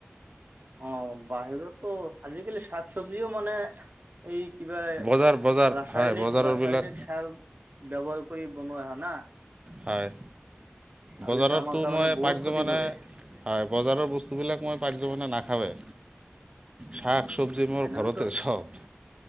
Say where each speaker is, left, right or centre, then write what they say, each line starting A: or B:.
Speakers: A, on the right (about 45°); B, on the right (about 25°).
A: অ বাহিৰতো আজিকালি শাক চবজিও মানে এই কিবা
B: বজাৰ বজাৰ
A: ৰাসায়নিক
B: হয় বজাৰৰবিলাক
A: ৰাসায়নিক চাল ব্যৱহাৰ কৰি বনোৱা হয় না।
B: হয়
A: আৰু
B: বজাৰতো
A: এইটো আমাৰ কাৰণে
B: মই <unintelligible>
A: বহুত ক্ষতি
B: মানে
A: কৰে
B: হয় বজাৰৰ বস্তুবিলাক মই পাৰিলে মানে নাখাৱে। শাক
A: উম
B: চবজি মোৰ
A: তেনেহলেতো
B: ঘৰতে চব।